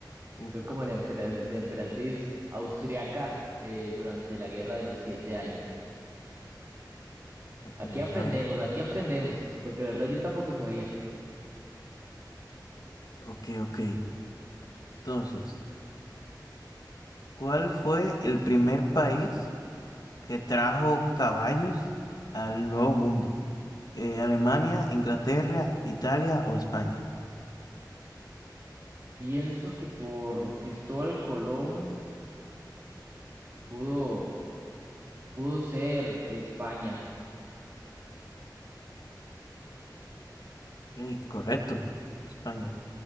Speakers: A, on the left; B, on the right.
A: Uf,
B: Fue como la, empera- la emperatriz austriaca eh, durante la Guerra de los Siete Años.
A: ok,
B: Aquí
A: deja
B: aprendemos,
A: ver.
B: aquí aprendemos, porque la verdad yo tampoco sabía.
A: Ok, ok. Entonces, ¿cuál fue el primer país que trajo caballos al Nuevo Mundo? Eh, ¿Alemania, Inglaterra, Italia o España?
B: Pienso que por Cristóbal Colón pudo, pudo ser España.
A: Ok, correcto. España.
B: Ok,